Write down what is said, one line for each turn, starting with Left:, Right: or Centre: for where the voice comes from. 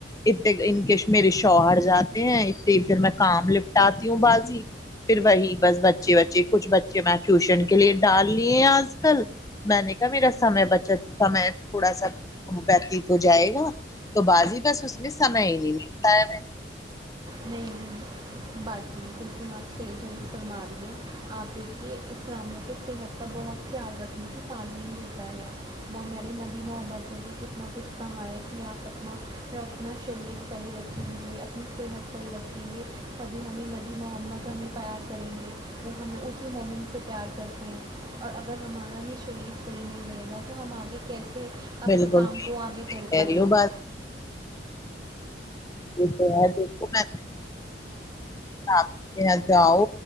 Left: اتے ان کے میرے شوہر جاتے ہیں اتے پھر میں کام لپٹاتی ہوں باجی پھر وہی بس بچے وچے کچھ بچے میں ٹیوشن کے لیے ڈال لیے آج کل میں نے کہا میرا سمے بچت سمے تھوڑا سا وتیت ہو جائے گا تو بازی بس اس میں سمئے ہی نہیں لگتا ہے ہمیں
Right: نہیں نہیں باقی بالکل آپ صحیح درست فرما رہیے آپ ایک یہ اسلام میں بھی صحت کا بہت خیال رکھنے کی تعلیم دیتا ہے وہ میرے نبی ہے ویسے بھی کتنا کچھ سہا ہے کے آپ اپنا اور اپنا شریر صحیح رکھیں گے اپنی صحت صحیح رکھیں گے تبھی ہمیں نبی محمد ہمیں پیار کریں گے تو ہمیں اسی مومن سے پیار کرتی ہیں اور اگر ہمارا یہ شریف صحیح نہیں رہے گا تو ہم آگے کیسے
Left: ہے
Right: اپنے
Left: بالکل
Right: کام کو آگے کر
Left: کہہ
Right: پائیں
Left: رہی ہو
Right: گے
Left: بس ج دیک میں <inaudible> آپ کہ جاؤ